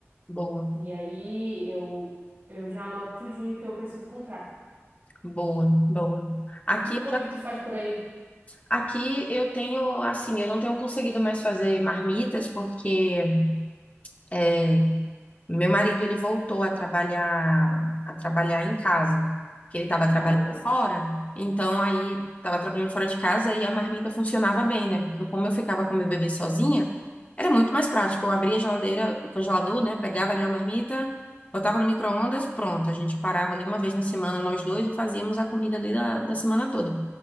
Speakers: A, on the left; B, on the right.
A: boa,
B: E aí eu, eu já anoto tudinho que eu preciso comprar.
A: boa, boa. Aqui
B: E
A: eu
B: como
A: já,
B: é que tu faz por aí?
A: aqui eu tenho, assim, eu não tenho conseguido mais fazer marmitas porque é, Meu marido, ele voltou a trabalhar, a trabalhar em casa, que ele estava trabalhando
B: Tá bom?
A: fora. Então, aí, estava trabalhando fora de casa e a marmita funcionava bem, né? Porque como eu ficava com meu bebê sozinha, era muito mais prático. Eu abria a geladeira, o congelador, né? Pegava ali uma marmita, botava no micro-ondas, pronto. A gente parava ali uma vez na semana, nós dois, e fazíamos a comida ali da, da semana toda.